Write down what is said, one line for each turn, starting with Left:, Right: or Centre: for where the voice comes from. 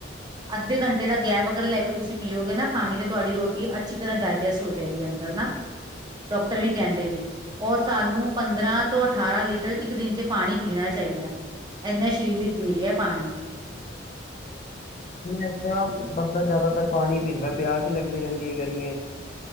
Right: ਅੱਧੇ ਘੰਟੇ ਦਾ ਗੈਪ ਅਗਰ ਲੈਕੇ ਤੁਸੀਂ ਪੀਓਗੇ ਨਾ ਪਾਣੀ, ਤੇ ਤੁਆਡੀ ਰੋਟੀ ਅੱਛੀ ਤਰ੍ਹਾਂ ਡਾਇਜੈਸਟ ਹੋ ਜੇਗੀ ਅੰਦਰ ਨਾ, ਡਾਕਟਰ ਵੀ ਕੈਂਦੇ ਨੇ ਓ ਸਾਨੂੰ ਪੰਦਰਾਂ ਤੋਂ ਅਠਾਰਾਂ ਲੀਟਰ ਇੱਕ ਦਿਨ ਚ ਪਾਣੀ ਪੀਣਾ ਚਾਈਦਾ, ਏਨਾ ਸਰੀਰ ਲਈ ਜਰੂਰੀ ਐ ਪਾਣੀ।
Left: ਏਦਾਂ ਬੰਦਾ ਜਾਦਾਤਰ ਪਾਣੀ ਪੀਂਦਾ, ਪਿਆਸ ਈ ਲੱਗਦੀ ਰੈਂਦੀ ਏ ਗਰਮੀਆਂ ਚ।